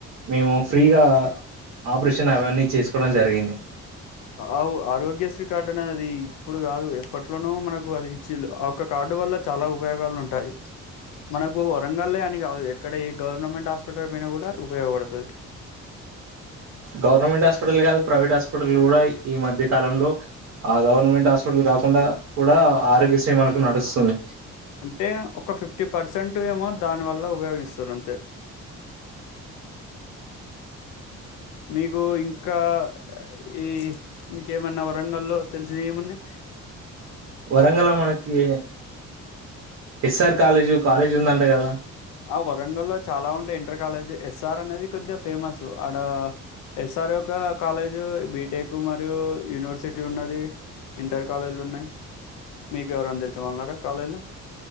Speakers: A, on the right; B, on the left.
A: మేము ఫ్రీగా ఆపరేషన్ అవన్నీ చేసుకోవడం జరిగింది.
B: అవ్ ఆరోగ్యశ్రీ కార్డనేది ఇప్పుడు కాదు, ఎప్పట్లోనో మనకు అది ఇచ్చిండు. ఆ ఒక్క కార్డు వల్ల చాలా ఉపయోగాలు ఉంటాయి. మనకు వరంగల్లే అని కాదు ఎక్కడ ఏ గవర్నమెంట్ హాస్పిటల్ పోయ్న కూడా ఉపయోగపడుతది.
A: గవర్నమెంట్ హాస్పిటల్నే కాదు, ప్రైవేట్ హాస్పిటళ్ల కూడ ఈ మధ్య కాలంలో ఆ గవర్నమెంట్ హాస్పిటల్ కాకుండా కూడా ఆరోగ్య శ్రీ మనకు నడుస్తుంది.
B: అంటే ఒక ఫిఫ్టీ పర్సెంట్ ఏమో, దాని వల్ల ఉపయోగిస్తరు అంతే. మీకు ఇంకా, ఈ ఇంకేమన్నా వచ్ రంగల్లో తెలిసినయ్ ఏమున్నయ్?
A: వరంగల్ల మనకి, ఎస్ ఆర్ కాలేజు కాలేజ్ ఉందంట గదా?
B: ఆ వరంగల్ల చాలా ఉంటయ్, ఇంటర్ కాలేజీ ఎస్ ఆర్ అనేది కొద్దిగ ఫేమస్. ఆడ ఎస్ ఆర్ యొక్క కాలేజ్ బీటెక్ మరియు యూనివర్సిటీ ఉన్నది. ఇంటర్ కాలేజీలున్నయి. మీకు ఎవరన్తెలిసిన వాల్నారా కాలేజీల?